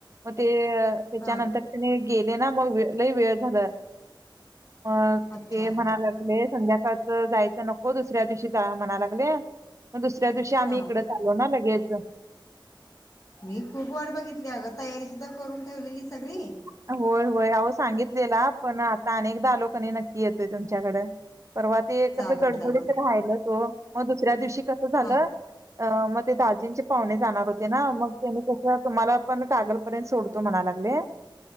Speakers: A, on the right; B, on the left.
A: म ते अ त्याच्यानंतर
B: हा
A: त्याने गेले ना मग लय वेळ झालं. मग,
B: अच्छा
A: ते म्हणा लागले, संध्याकाळच जायचं नको, तस दुसऱ्या दिवशी जाऊया म्हणा लागले, मग दुसऱ्या दिवशी आम्ही
B: हा
A: इकडच आलो ना लगेच.
B: मी खूप वाट बघितली अगं, तयारी सुद्धा करून ठेवलेली सगळी
A: होय होय, अहो सांगितलेला, पण आता अनेकदा आलो कनी नक्की येतोय तुमच्याकडे. परवा ते
B: चालेल
A: कसं, गडबडीत
B: चालेल
A: राहिलंच ओ, मग दुसऱ्या दिवशी कसं झालं
B: हा
A: अ मग ते दाजींचे पाहुणे जाणार होते ना, मग त्यानी कस तुम्हाला पण कागल पर्यंत सोडतो म्हणा लागले.